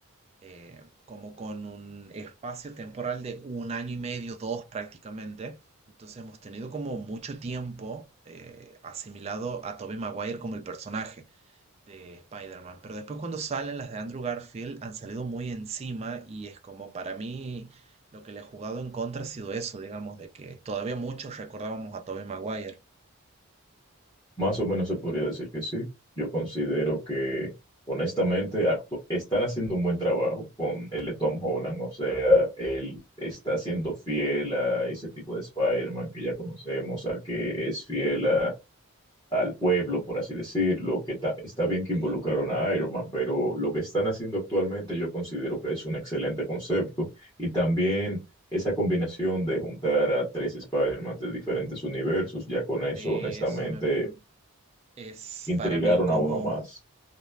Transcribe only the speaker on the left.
Más o menos se podría decir que sí. Yo considero que, honestamente, actu- están haciendo un buen trabajo con el de Tom Holland. O sea, él está siendo fiel a ese tipo de Spider-Man que ya conocemos, al que es fiel a- al pueblo, por así decirlo. Que ta- está bien que
involucraron a Iron Man, pero lo que están haciendo actualmente yo considero que es un excelente concepto. Y también... Esa combinación de juntar a tres Spider-Man de diferentes universos, ya con eso,
honestamente,
intrigaron
a uno más.